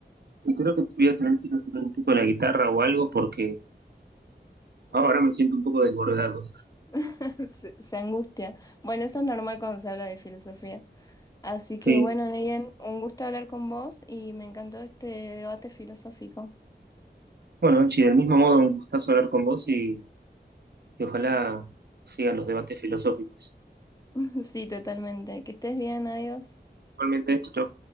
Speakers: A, on the right; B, on the left.
A: Y creo que voy a tener que ir a tocar un poco la guitarra o algo porque ahora me siento un poco desbordado.
B: <laughs> Se, se angustia. Bueno, eso es normal cuando se habla de filosofía. Así que
A: Sí,
B: bueno, Neyen, un gusto hablar con vos y me encantó este debate filosófico.
A: bueno, Anchi, del mismo modo, un gustazo hablar con vos y, y ojalá sigan los debates filosóficos.
B: <laughs> Sí, totalmente. Que estés bien, adiós.
A: Igualmente, chau.